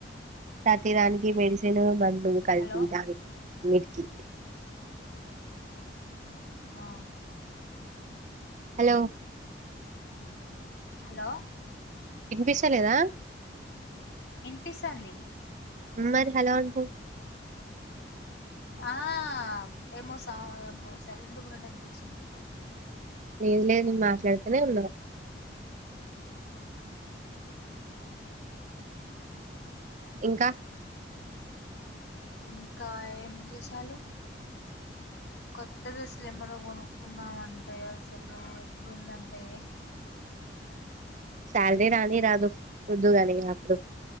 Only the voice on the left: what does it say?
హలో
ఆ
హలో
ఇనిపిస్తంది
ఆ ఏమో స ఏమో సైలెంట్ ఉన్నట్టు అనిపించింది
ఇంకా ఏమి జేశాలు కొత్త డ్రెస్సులు ఏమన్నా కొనుక్కుందామంటే, అసలు ఎట్లుందంటే?